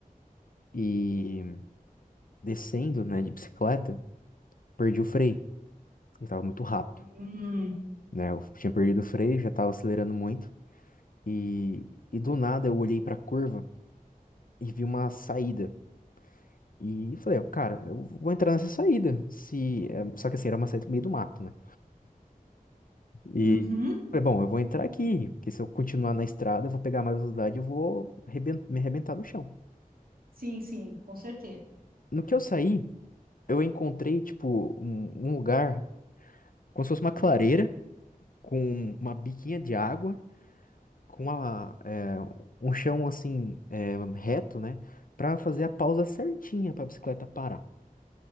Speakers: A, on the left; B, on the right.
A: e descendo, né, de bicicleta, perdi o freio. Eu tava muito rápido,
B: Hum,
A: né? Eu tinha perdido o freio, já tava acelerando muito. E, e do nada eu olhei pra curva e vi uma saída. E falei, cara, eu vou entrar nessa saída. Se, eh, só que assim, era uma saída no meio do mato, né? E
B: uhum.
A: falei, bom, eu vou entrar aqui, porque se eu continuar na estrada, eu vou pegar mais velocidade e eu vou arreben- me arrebentar no chão.
B: Sim, sim, com certeza.
A: No que eu saí, eu encontrei, tipo, um, um lugar como se fosse uma clareira, com uma biquinha de água, com uma, é, um chão, assim, é, reto, né? Pra fazer a pausa certinha pra bicicleta parar.